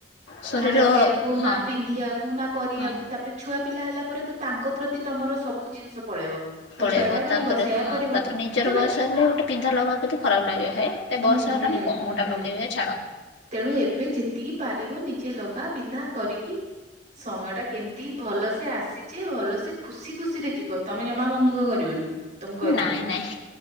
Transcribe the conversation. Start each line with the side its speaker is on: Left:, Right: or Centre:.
Left: ଶରୀର
Right: ନା ଲଗେଇବାକୁ
Left: ହଁ
Right: ନା ପିନ୍ଧିବାକୁ ନା କରିବାକୁ
Left: ହଁ
Right: ତାପରେ ଛୁଆ ପିଲା ହେଲା ପରେ ତ ତାଙ୍କ ପ୍ରତି ତମର ସବୁ ଜିନିଷ ପଳେଇବ। ମୋ
Left: ପଳେଇବ
Right: ଛୁଆ ଏଇଟା କରିବ
Left: ତାପରେ
Right: ସେୟା
Left: ହଁ
Right: କରିବ
Left: ତାପରେ ନିଜର
Right: ତେଣୁ
Left: ବୟସ ହେଲେ ଗୋଟେ ପିନ୍ଧା ଲଗବାକୁ ବି ଖରାପ ଲାଗିବ ହେ ଏତେ
Right: ହୁଁ
Left: ବୟସ ହେଲାଣି
Right: ହୁଁ
Left: କଣଗୋଟେ
Right: ହୁଁ ହୁଁ
Left: ଲଗେଇବ ହେ ଛାଡ଼।
Right: ତେଣୁ ଏବେ ଯେତିକି ପାରିବ ନିଜେ ଲଗା ପିନ୍ଧା କରିକି ସମୟ ଟା କେମିତି ଭଲ ସେ ଆସିଚି ଭଲ ସେ ଖୁସି ଖୁସିରେ ଯିବ ତମେ ଜମା ମନ ଦୁଃଖ କରିବନି। ତ ମୁଁ କହିଦେଲି
Left: ନାଇଁ ନାଇଁ